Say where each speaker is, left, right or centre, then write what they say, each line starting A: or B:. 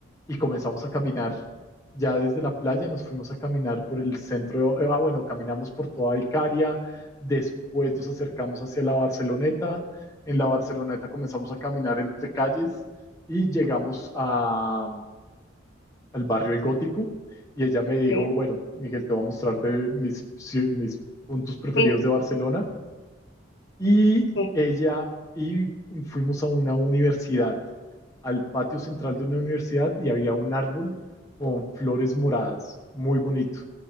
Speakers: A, on the left; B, on the left.
A: Y comenzamos a caminar. Ya desde la playa nos fuimos a caminar por el centro, eh, ah, bueno, caminamos por toda Icaria, después nos acercamos hacia la Barceloneta, en la Barceloneta comenzamos a caminar entre calles y llegamos a, al barrio El Gótico y ella me dijo,
B: sí,
A: bueno, Miguel, te voy a mostrar de mis, mis puntos preferidos
B: sí,
A: de Barcelona. Y
B: sí,
A: ella, y fuimos a una universidad, al patio central de una universidad y había un árbol con flores moradas, muy bonito.